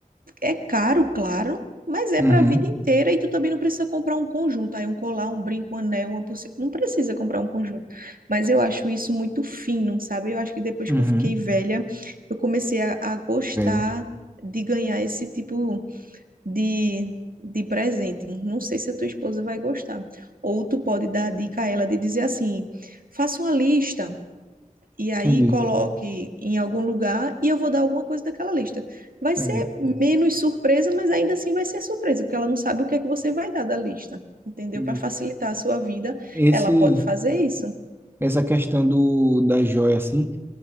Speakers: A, on the right (about 90°); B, on the right (about 15°).
A: é caro, claro, mas é
B: Uhum,
A: para a vida inteira e tu também não precisa comprar um conjunto, aí um colar, um brinco, um anel, uma pulseira, não precisa comprar um conjunto. Mas eu acho isso muito fino, sabe? Eu acho que depois
B: uhum,
A: que eu fiquei velha, eu comecei a, a gostar
B: velho,
A: de ganhar esse tipo de de presente. Não sei se a tua esposa vai gostar. Ou tu pode dar a dica a ela de dizer assim: faça uma lista e aí
B: entendi,
A: coloque em algum lugar e eu vou dar alguma coisa daquela lista. Vai ser
B: entendi,
A: menos surpresa, mas ainda assim vai ser surpresa, porque ela não sabe o que é que você vai dar da lista, entendeu?
B: entendi.
A: Para facilitar a sua vida,
B: Esse,
A: ela pode fazer isso.
B: essa questão do, da joia, assim,